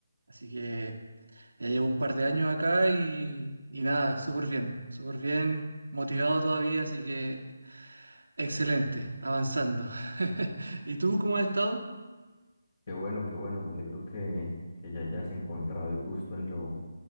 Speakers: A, on the right; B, on the left.
A: Así que ya llevo un par de años acá y, y nada, súper bien, súper bien, motivado todavía, así que excelente, avanzando. <laughs> ¿Y tú cómo has estado?
B: Qué bueno, qué bueno. Me alegro que, que ya hayas encontrado y justo en lo,